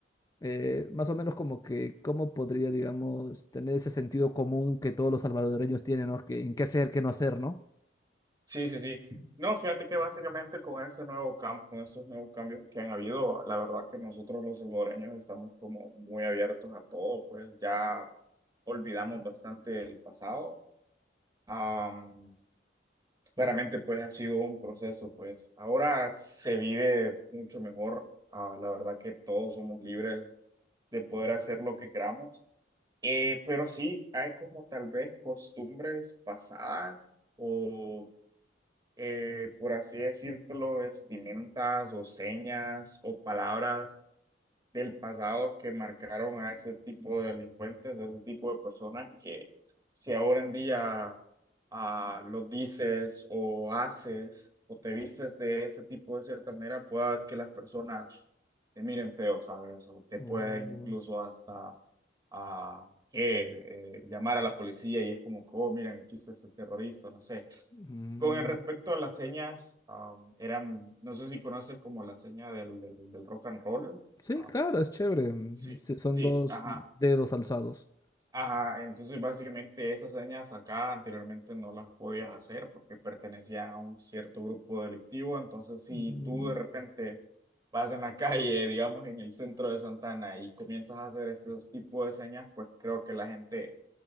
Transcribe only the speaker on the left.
eh, más o menos como que, ¿cómo podría, digamos, tener ese sentido común que todos los salvadoreños tienen, ¿no? Que, en qué hacer, qué no hacer, ¿no?
O,
mm,
Sí,
claro, es chévere. mm,
sí, son
dos
dedos alzados.
Mm,